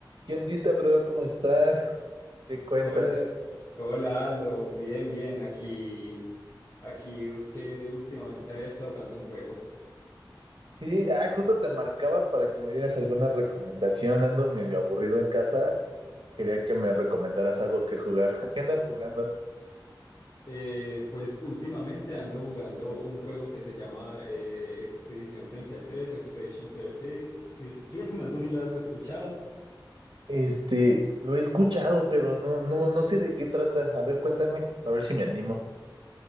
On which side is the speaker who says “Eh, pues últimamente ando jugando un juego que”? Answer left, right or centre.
Left